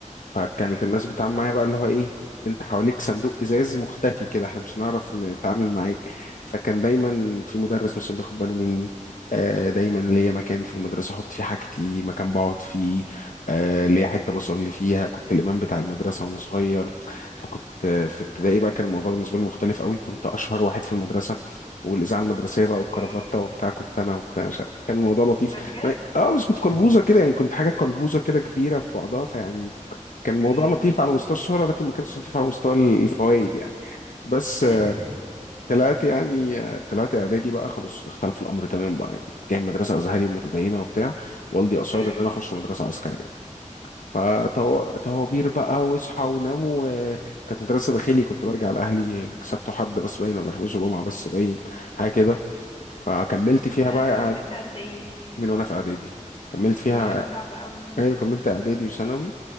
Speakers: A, on the left; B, on the left.
A: فكانت
B: امم
A: الناس بتتعامل معايا بقى اللي هو ايه انت حواليك صندوق ازاز مختفي كده احنا مش هنعرف نتعامل معاك فكان دايما في مدرس مثلا بياخد باله مني آه دايما ليا مكان في المدرسه احط فيه حاجتي مكان بقعد فيه آه ليا حته بصلي فيها كنت الامام بتاع المدرسه وانا صغير فكنت آه، في ابتدائي بقى كان الموضوع بالنسبه لي مختلف قوي كنت اشهر واحد في المدرسه والاذاعه المدرسيه بقى والكرافته
B: امم
A: وبتاع كنت انا وبتاع مش عارف. كان الموضوع لطيف
B: ده بجد
A: ما- اه بس كنت
B: <laughs>
A: قلبوزه كده يعني كنت حاجه قلبوزه كده كبيره في بعضها فيعني كان الموضوع
B: امم
A: لطيف على مستوى الشهرة ولكن ما كانش لطيف على مستوى الفوائد يعني بس
B: <laughs>
A: آه، طلعت يعني آه، طلعت إعدادي بقى خلاص اختلف الأمر تماما بقى يعني كنت جاي من مدرسة أزهري ومتدينة وبتاع والدي أصر
B: امم
A: إن أنا أخش مدرسة عسكرية فتوابير
B: اوف
A: بقى واصحى ونام وكانت مدرسة داخلي كنت برجع لأهلي سبت وحد بس باين ولا خميس وجمعة بس باين حاجة كده فكملت فيها
B: ده
A: بقى
B: من وانت
A: إعد-
B: قد ايه
A: من وأنا في إعدادي كملت فيها
B: يا لهوي صعب قوي
A: أيوه كملت إعدادي وثانوي